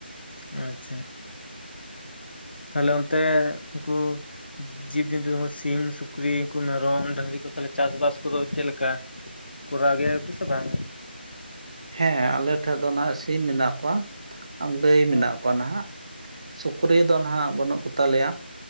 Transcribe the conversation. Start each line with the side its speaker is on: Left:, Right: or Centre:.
Left: ᱟᱪᱪᱷᱟ ᱛᱟᱦᱞᱮ ᱚᱱᱛᱮ ᱩᱱᱠᱩ ᱡᱤᱵᱽᱡᱚᱱᱛᱩ ᱥᱤᱢ ᱥᱩᱠᱨᱤ ᱢᱮᱨᱚᱢ ᱰᱟᱝᱨᱤ ᱠᱚ ᱛᱟᱦᱚᱞᱮ ᱪᱟᱥᱵᱟᱥ ᱠᱚᱫᱚ ᱪᱮᱫᱞᱮᱠᱟ ᱠᱚᱨᱟᱣ ᱜᱮᱭᱟ ᱠᱚ ᱥᱮ ᱵᱟᱝ?
Right: ᱦᱮᱸ ᱟᱞᱮ ᱴᱷᱮᱡ ᱫᱚ ᱱᱟᱦᱟᱜ ᱥᱤᱢ ᱢᱮᱱᱟᱜ ᱠᱚᱣᱟ ᱜᱟᱹᱭ ᱢᱮᱱᱟᱜ
Left: ᱦᱚᱸ
Right: ᱠᱚᱣᱟ ᱱᱟᱦᱟᱜ ᱥᱩᱠᱨᱤ ᱫᱚ ᱱᱟᱦᱟᱜ ᱵᱟᱹᱱᱩᱜ ᱠᱚ ᱛᱟᱞᱮᱭᱟ